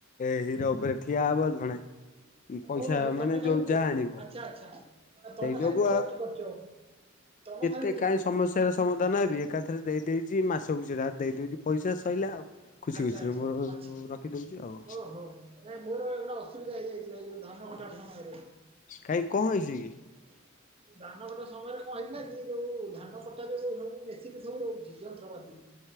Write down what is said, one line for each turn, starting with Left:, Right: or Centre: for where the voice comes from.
Left: ଏ ହିର ଉପରେ ଠିଆ ହବ ଜଣେ ପଇସା
Right: ଓହୋ ତମେ
Left: ମାନେ
Right: ଖାଲି
Left: ଯୋଉ ଯାହା ଆଣିବ
Right: ଆଚ୍ଛା ଆଚ୍ଛା
Left: ସେଇ
Right: ତମେ
Left: ଯୋଗୁ
Right: ଖାଲି ବୁଝାବୁଝି କରୁଚ ତମ ଖାଲି
Left: ତେ କାଇଁ ସମସ୍ୟାର ସମଦ ଧ ନେବି ଏକାଥରେ ଦେଇଦେଇଚି ମାସକୁ ସିଏ ତାର ଦେଇଦଉଚି ପଇସା ସଇିଲା ଆଉ। ଖୁସି
Right: ଆଚ୍ଛା
Left: ଖୁସିରେ
Right: ଆଚ୍ଛା
Left: ମୋର
Right: ଆଚ୍ଛା।
Left: ରଖିଦୋଉଛି ଆଉ।
Right: ଓହୋ ନାଇଁ ମୋର ଗୋଟେ ଅସୁବିଧା ହେଇଯାଇଥିଲା ଯୋଉ ଧାନ କଟା ସମୟରେ।
Left: କାଇଁ କଣ ହେଇଛି କି?
Right: <inaudible> ଧାନ କଟା ସମୟରେ କଣ ହେଇଥିଲା କି ଯୋଉ ଧାନ କଟା ଯୋଉ ସବୁ ମେସିନ୍ ସବୁ ଯନ୍ତ୍ରପାତି